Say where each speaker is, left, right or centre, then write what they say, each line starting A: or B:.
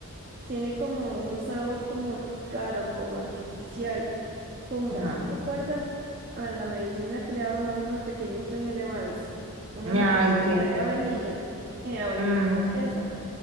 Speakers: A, on the right (about 40°); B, on the right (about 65°).
A: Tiene como un sabor como raro, como artificial. Como,
B: Ay,
A: ¿usted se acuerda a la medicina que le daban a uno de pequeñito en el Evice? Una
B: ay,
A: medicina que sabía a vainilla. Eh, a vainilla,
B: que...
A: a fresa.